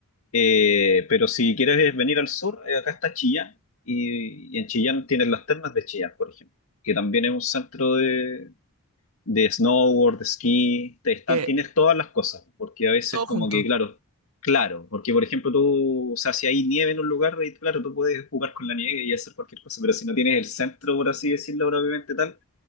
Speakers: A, on the left (about 65°); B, on the right (about 85°).
A: Eh, pero si quieres venir al sur, eh, acá está Chillán. Y, y en Chillán tienes las termas de Chillán, por ejemplo, que también es un centro de, de snowboard, de esquí. Te están,
B: Que
A: tienes todas las cosas, porque a veces
B: todo
A: como
B: junto.
A: que, claro, claro, porque por ejemplo tú, o sea, si hay nieve en un lugar, y claro, tú puedes jugar con la nieve y hacer cualquier cosa, pero si no tienes el centro, por así decirlo, propiamente tal